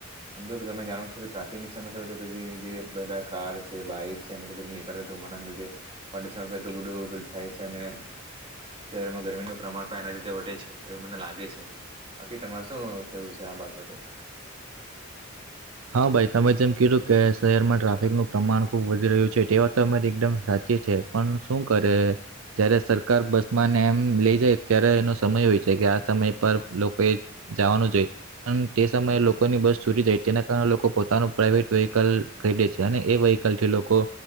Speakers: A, on the right (about 25°); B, on the right (about 75°).
A: એમ તો તમે જાણો છો કે ટ્રાફિકની સમસ્યા હોય તો પછી જે બધા કાર છે, બાઈક છે, એમાંથી પછી નીકળ્યો ધુમાડાને લીધે પડુશણ કેટલું બઢું પેલું થાય છે, અને શહેરમાં ગરમીનું પ્રમાણ પણ એના રીતે વધે છે, એવું મને લાગે છે બાકી તમારે શું કહેવું છે આ બાબતે.
B: હા ભાઈ તમે જેમ કીધું કે શહેરમાં ટ્રાફિકનું પ્રમાણ ખૂબ વધી રહ્યું છે તે વાત તો તમારી એકદમ સાચી છે પન શું કરે જયારે સરકાર બસમાં એમ લઇ જાય ત્યારે એનો સમય હોય છે કે આ સમય પર લોકોએ જવાનું જોઈ પણ તે સમયે લોકોની બસ છૂટી જાય જેના કારણે લોકો પોતાનું પ્રાઇવેટ વ્હીકલ ખરીદે છે અને એ વ્હીકલ થી લોકો